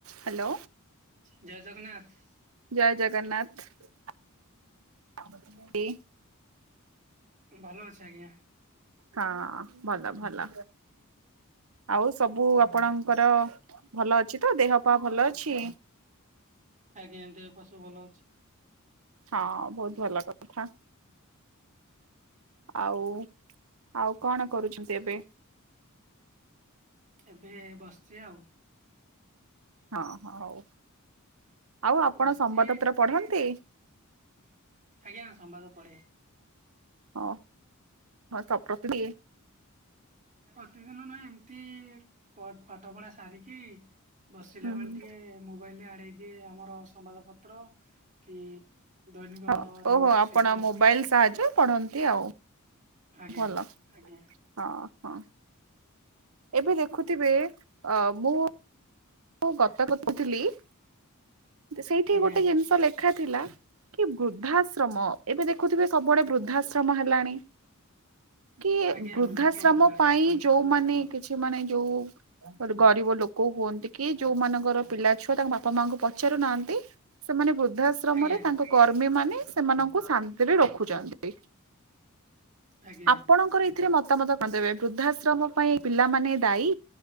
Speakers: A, on the right; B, on the right.
A: Hello
B: ଜୟ ଜଗନ୍ନାଥ
A: ଜୟ ଜଗନ୍ନାଥ
B: ଭଲ ଅଛି ଆଜ୍ଞା।
A: ହଁ ଭଲ ଭଲ ଆଉ ସବୁ ଆପଣଙ୍କର ଭଲ ଅଛି ତ ଦେହ ପା ଭଲ ଅଛି?
B: ଆଜ୍ଞା ଏ ଦେହ ପା ସବୁ ଭଲ ଅଛି।
A: ହଁ ବୋହୁତ ଭଲ କଥା ଆଉ ଆଉ କଣ କରୁଛନ୍ତି ଏବେ?
B: ଏବେ ବସିଛି ଆଉ।
A: ହଁ ହଁ ହୋଉ ଆଉ ଆପଣ
B: ବସିଛି
A: ସମ୍ବାଦତ୍ର ପଢନ୍ତି।
B: ଆଜ୍ଞା ସମ୍ବାଦ ପଢେ।
A: ହଁ ହଁ ସପତି ବି
B: ପ୍ରତିଦିନ ନହ ଏମିତି ପା ପାଠ ପଢା ସାରିକି ବସିଲା
A: ହୁଁ
B: ବେଳେ
A: ହୁଁ
B: ଟିକେ ମୁଁ ମୋବାଇଲରେ ଆଡେଇ ଦିଏ ଆମର ସମ୍ବାଦ ପତ୍ର କି ଦୈନିକ
A: ହଁ ଓହୋ
B: ନିଜ
A: ଆପଣ
B: <unintelligible>
A: ମୋବାଇଲ ସାହାଯ୍ୟ ପଢ଼ନ୍ତି, ଆଉ
B: ଆଜ୍ଞା
A: ଭଲ
B: ଆଜ୍ଞା
A: ହଁ ହଁ। ଏବେ ଦେଖୁଥିବେ ଅ ମୁଁ ମୁଁ ଗତ <unintelligible> ସେଇଠି
B: ଆଜ୍ଞା
A: ଗୋଟେ ଜିନିଷ ଲେଖା ଥିଲା କି ବୃଦ୍ଧାଶ୍ରମ ଏବେ ଦେଖୁଥିବେ ସବୁଆଡେ ବୃଦ୍ଧାଶ୍ରମ ହେଲାଣି। କି
B: ଆଜ୍ଞା
A: ବୃଦ୍ଧାଶ୍ରମ
B: ସବୁଆଡେ
A: ପାଇଁ
B: ହେଲା
A: ଯୋଉମାନୋ କିଛି ମାନେ ଯୋଉ ଗରିବ ଲୋକ ହୁଅନ୍ତି ଯୋଉ ମାନଙ୍କର ପିଲା ଛୁଆ ତାଙ୍କ ବାପା ମାଙ୍କୁ ପଚାରୁ ନାହାନ୍ତି ସେମାନେ ବୃଦ୍ଧାଶ୍ରମରେ
B: ଆଜ୍ଞା
A: ତାଙ୍କ କର୍ମୀ ମାନେ ମାନଙ୍କ ଶାନ୍ତିରେ ରଖୁଛନ୍ତି
B: ଆଜ୍ଞା
A: ଆପଣଙ୍କର ଏଥିରେ ମତାମତ କରିଦେବେ ବୃଦ୍ଧାଶ୍ରମ ପାଇଁ ପିଲାମାନେ ଦାୟୀ,